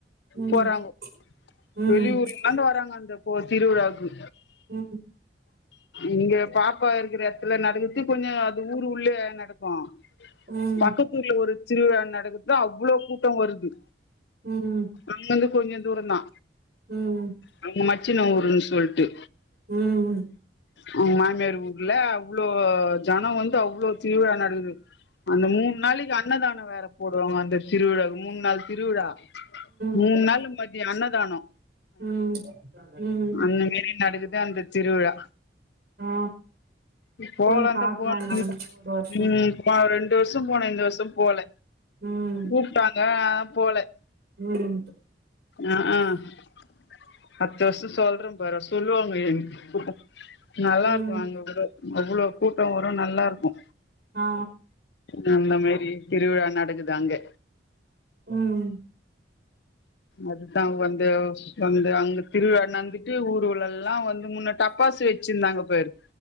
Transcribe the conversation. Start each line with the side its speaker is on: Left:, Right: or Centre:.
Right: ம்
Left: போறாங்கோ
Right: ம்
Left: வெளியூர் லந்து வராங்க அந்த கோ திருவிழாவுக்கு
Right: ம
Left: இங்க பாப்பா இருக்கிற எட்த்துல நடக்குத்து கொஞ்சோ அது ஊரு உள்ளுவே நட க்கோ
Right: ம்
Left: பக்கத்தூர்லே ஒரு திருவிழா நடக்குத்தா அவ்வுளோ கூட்டோ வருது
Right: ம்
Left: அங்கந்து கொஞ்ச தூறந்தா
Right: ம் ம்
Left: அவுங்க மச்சின ஊருன் சொல்ட்டு
Right: ம்
Left: அவுங் மாமியார் ஊர்ல அவ்ளோ ஜனொ வந்து அவ்ளோ திருவிழா நடக்குது அந்த மூண் நாளிக்கு அன்னதானோ வேற போடுவாங்க அந்த திருவிழாவு மூண்நாள் திருவிழா மூண்
Right: ம்
Left: நாளு மதியொ அன்னதானோ
Right: ம் ம்
Left: அந்த மேரி நடக்குது அந்த திருவிழா
Right: ஆ
Left: போலான்ந்தா
Right: போய் பாக்கலா
Left: போன்
Right: நம்ம
Left: ன்
Right: ஒரு வருஷோ
Left: ம் ப்பா ரெண்டு வர்ஷோ போன இந்த வர்ஷோ போல
Right: ம்
Left: கூப்ட்டாங்க நாம் போல
Right: உம்
Left: அக் க அத்த வர்சோ சொல்றே பாறே சொல்லுவாங்க எங் கூ நல்லாருக்கோ
Right: ம்
Left: எங்க கூட அவ்ளோ கூட்டொ வரோ நல்லாருக்கோ
Right: ஆ
Left: முன்ன மேரி திருவிழா நடக்குது அங்க
Right: ம்
Left: அதுதா வந்து வந்து அங் திருவிழா நந்துட்டு ஊருல்லல வந்து முன்ன டப்பாசு வெச்சிந்தாங்க பாரு